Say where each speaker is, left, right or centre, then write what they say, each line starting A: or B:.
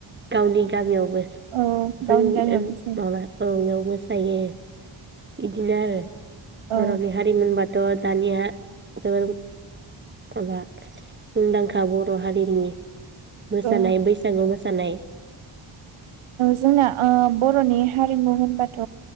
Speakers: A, on the right; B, on the right.
A: गावनि दा बेयावबो
B: औ
A: जोंनि
B: गावनि गामियाव मोसायो
A: माबा औ मोसायो। बिदिनो आरो
B: औ
A: बर'नि हारिमुनि बाथ थ' दानिया माबा मुंदांखा बर' हारिनि मोसानाय
B: औ
A: बैसागु मोसानाय।
B: जोंना बर'नि हारिमु होनबाथ'